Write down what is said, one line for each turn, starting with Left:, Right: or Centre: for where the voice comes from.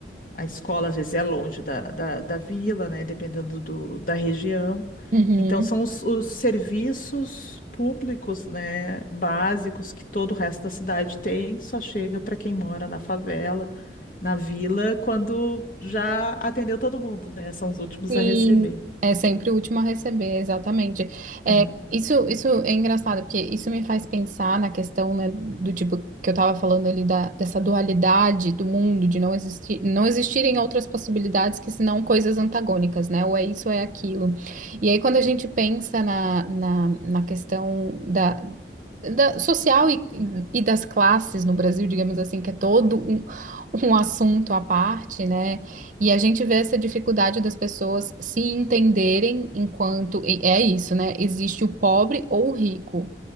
Left: A escola às vezes é longe da, da, da vila, né? Dependendo do, da região.
Right: uhum.
Left: Então, são os, os serviços públicos, né, básicos que todo o resto da cidade tem, só chega para quem mora na favela, na vila, quando já atendeu todo mundo, né? São os últimos
Right: Sim,
Left: a receber.
Right: é sempre o último a receber, exatamente. É,
Left: É.
Right: isso, isso é engraçado, porque isso me faz pensar na questão, né, do tipo que eu tava falando ali da, dessa dualidade do mundo, de não existir, não existirem outras possibilidades que senão coisas antagônicas, né? Ou é isso ou é aquilo. E aí, quando a gente pensa na, na, na questão da da- social e, e das classes no Brasil, digamos assim, que é todo um, um assunto à parte, né? E a gente vê essa dificuldade das pessoas se entenderem enquanto e é isso, né? Existe o pobre ou o rico.